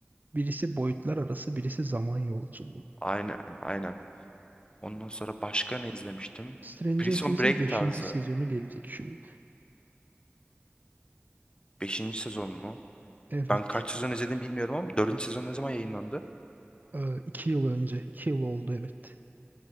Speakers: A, on the right; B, on the left.
A: Birisi boyutlar arası, birisi zaman yolculuğu.
B: Aynen aynen. Ondan sonra başka ne izlemiştim?
A: Stranger
B: Prison
A: Things'in
B: Break
A: beşinci
B: tarzı.
A: sezonu gelecek şimdi.
B: Beşinci sezon mu?
A: Evet.
B: Ben kaç sezon izledim bilmiyorum ama dördüncü sezon ne zaman yayınlandı?
A: Ee, iki yıl önce. iki yıl oldu evet.